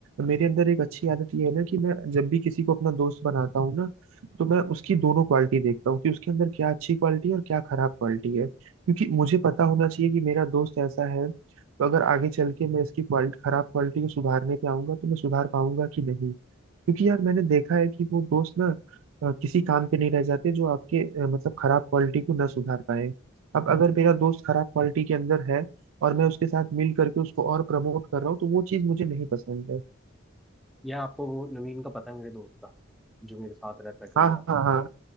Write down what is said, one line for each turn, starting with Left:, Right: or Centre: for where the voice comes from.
Right: मेरे अंदर एक अच्छी आदत ये है ना कि मैं जब भी किसी को अपना दोस्त बनाता हूँ ना तो मैं उसकी दोनों क्वालिटी देखता हूँ कि उसके अंदर क्या अच्छी क्वालिटी है और क्या खराब क्वालिटी है क्योंकि मुझे पता होना चाहिए कि मेरा दोस्त ऐसा है तो अगर आगे चल के मैं इसकी क्वालिटी खराब क्वालिटी को सुधारने पे आऊंगा तो मैं सुधार पाऊंगा कि नहीं क्योंकि यार मैंने देखा है कि वो दोस्त ना अ, किसी काम के नहीं रह जाते जो आपके अ, मतलब खराब क्वालिटी को ना सुधार पाए अब अगर मेरा दोस्त खराब क्वालिटी के अंदर है और मैं उसके साथ मिल करके उसको और प्रमोट कर रहा हूँ तो वो चीज मुझे नहीं पसंद है
Centre: यह आपको वो नवीन का पता है मेरे दोस्त का जो मेरे साथ रहता है कई
Right: हाँ
Centre: बार
Right: हाँ हाँ